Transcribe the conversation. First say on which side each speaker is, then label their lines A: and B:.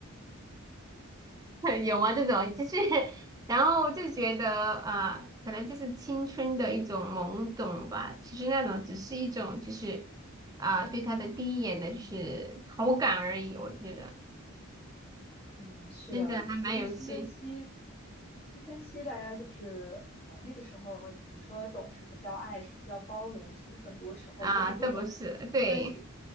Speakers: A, on the right (about 15°); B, on the left (about 30°).
A: <laughs> 有吗？这种就是，然后就觉得啊，可能就是青春的一种懵懂吧，其实那种只是一种就是啊、对他的第一眼的就是好感而已，我觉得
B: 嗯，是的，
A: 真的还蛮有趣
B: 其实青春期，青春期大家就是呃那个时候，你说懂什么叫爱，什么叫包容，其实很多时候都是不懂。
A: 啊，都不是对。
B: 但是，